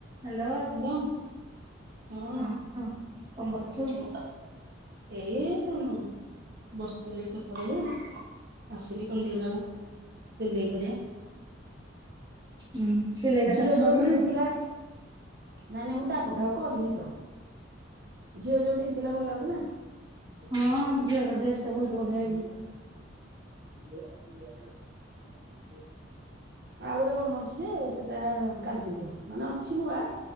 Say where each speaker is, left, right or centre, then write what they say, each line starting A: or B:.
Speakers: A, on the right; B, on the right.
A: ହାଲୋ
B: ହ୍ୟାଲୋ ହଁ
A: ହ କଣ କରୁଚୁ।
B: ହଁ, ଏଇ ବସିଥିଲି ସେପଟକୁ ଆସିଲି କଣ ଟିକେ ନାଗରୁ ସିଲେଇ କରିବା।
A: ହୁଁ ହୁଁ। ସିଲେଇ କେତେ
B: ଝିଅ
A: କଣ
B: ଯୋଉ
A: କଲୁଣି?
B: ପିନ୍ଧିଥିଲା ନାଇଁ ନାଇଁ ମୁଁ ତାପଠୁ ଆଉ କରିନିତ ଝିଅ ଯୋଉ ପିନ୍ଧିଥିଲା ଭଲ ଲାଗୁଥିଲା?
A: ହଁ ଝିଅର ଡ୍ରେସଟା ବହୁତ୍ ବଢ଼ିଆ ହେଇଚି। <unintelligible>
B: ଆଉ ଗୋଟେ ବନଉଚିଯେ ସେଟା କାଲି ପିନ୍ଧିବ ମାନେ ଅଛି ନୂଆ